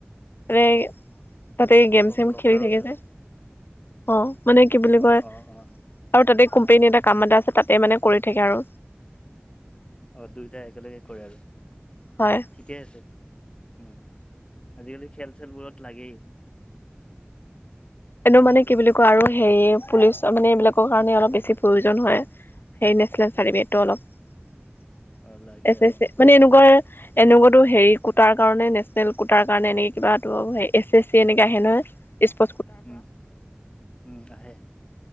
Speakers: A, on the left; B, on the left.
A: এ তাতে গেম
B: অ
A: চেম
B: লখৰাৰ
A: খেলি থাকি
B: ওচৰতে
A: যে অ', মানে কি বুলি
B: অ
A: কয়
B: অ অ
A: আৰু তাতে কোম্পানী এটা কাম এটা আছে তাতে মানে কৰি থাকে আৰু।
B: অ', দুইটাই একেলগে কৰে আৰু।
A: হয়,
B: ঠিকে আছে উম, আজিকালি খেল চেলবোৰত লাগেই
A: এনেও মানে কি বুলি কয় আৰু হে পুলিচ মানে এইবিলাকৰ কাৰণে অলপ বেছি প্ৰয়োজন হয়, সেই নেশ্যনেল চাৰ্টিফিকেটবোৰ অলপ
B: অ লাগে
A: এছ
B: অ
A: এছ এ। মানে এনেকুৱা এনেকুৱাতো হেৰি কোটাৰ কাৰণে নেচনেল কোটাৰ কাৰণে এনেকে কিবাতো এছ এছ চি এনেকে আহে নহয়। স্প
B: উম, উম, আহে।